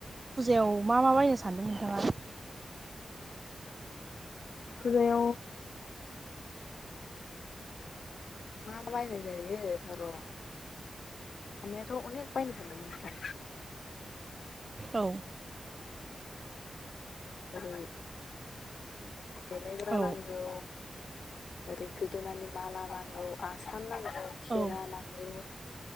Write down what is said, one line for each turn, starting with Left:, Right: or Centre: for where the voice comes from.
Right: फुजायाव मा मा बायनो सानदों नोंथांङा?
Left: फुजायाव मा बायनाय जायो र साननायाथ' अनेक बायनो सागदोंमोन नोंथां।
Right: औ
Left: आरो देलायग्रा
Right: औ
Left: नांगौ। ओरै गोदोनानि माला नांगौ आसान नांगौ खेरा
Right: औ
Left: नांगौ।